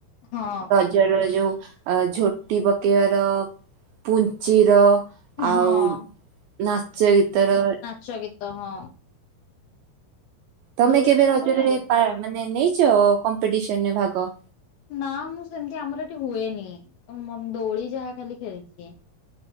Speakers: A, on the left; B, on the right.
A: ହଁ
B: ଜରରେ ଯୋଉ ଅ ଝୋଟି ପକେଇବାର ପୁଞ୍ଚିର ଆଉ
A: ହଁ।
B: ନାଚ ଗୀତର
A: ଚ ଗୀତ ହଁ।
B: ତମେ
A: ଦୋଳି
B: କେବେ
A: ଖେଳିବା
B: ରଜରେ
A: ଭଲ ଲାଗେ?
B: ପା ମାନେ ନେଇଛ କମ୍ପିଟିସନରେ ଭାଗ?
A: ନା ମୁଁ ସେମିତି ଆମର ଏଠି ହୁଏନି। ଉମଙ୍ଗ ମଦୋଳି ଯାହା ଖାଲି ଖେଳିଦିଏ।